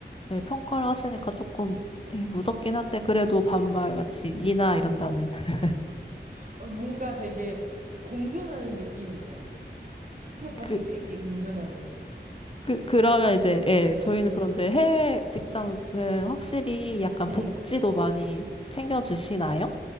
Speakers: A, on the left (about 30°); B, on the right (about 45°).
A: 네, 평가를 하시니까 조금 예, 무섭긴 한데 그래도 반말같이
B: 네.
A: 니나 이런다는 <laughs>
B: 어, 뭔가 되게 공존하는 느낌이에요. 수평과
A: 그,
B: 수직이 공존하는.
A: 그 그러면 이제 예,
B: 네.
A: 저희는 그런데 해외 직장은 확실히 약간
B: 네.
A: 복지도 많이 챙겨주시나요?